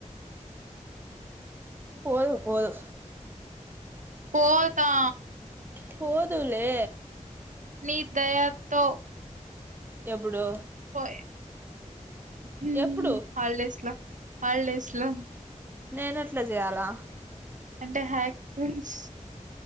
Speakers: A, on the right; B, on the right.
A: పోదు పోదు
B: పోత్ తా
A: పో దువులే
B: ని దయతో
A: ఎబ్బూడు
B: పోయి హమ్
A: ఎప్పుడు
B: హాల్డేస్ లో హల్డేస్ లో
A: నేను ఎట్ల జెయాలా
B: అంటే హ్యాక్తోన్స్